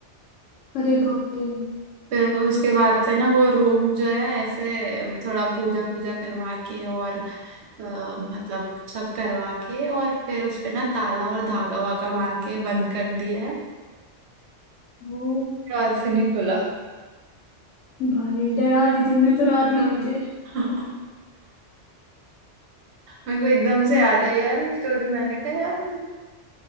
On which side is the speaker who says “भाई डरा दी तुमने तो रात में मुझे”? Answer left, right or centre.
Left